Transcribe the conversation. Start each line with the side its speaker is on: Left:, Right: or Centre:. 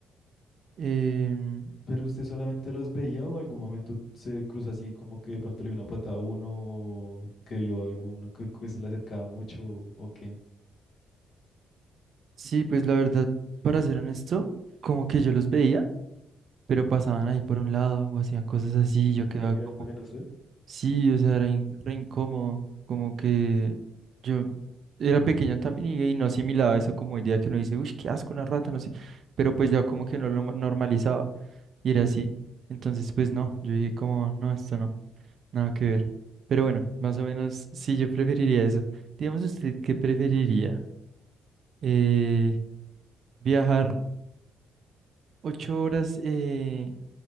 Right: em,
Left: ¿Pero usted solamente los veía o algún momento se cruzó así como que de pronto le dio una patada a uno o que vio a alguno que, que se le acercaba mucho o, o qué?
Right: sí, pues la verdad, para ser honesto, como que yo los veía, pero pasaban ahí por un lado o hacían cosas así, y
Left: ellos
Right: yo quedaba
Left: lo miraban
Right: como...
Left: también a usted?
Right: Sí, o sea, era in- re incómodo, como que yo era pequeño también y, y no asimilaba eso como idea que uno dice, uy, qué asco, una rata, no sé, pero pues ya como que no lo mo- normalizaba y era
Left: Sí.
Right: así, entonces pues no, yo dije como, no, esto no, nada que ver, pero bueno, más o menos sí, yo preferiría eso. Digamos usted, ¿qué preferiría? Eh, ¿viajar ocho horas eh,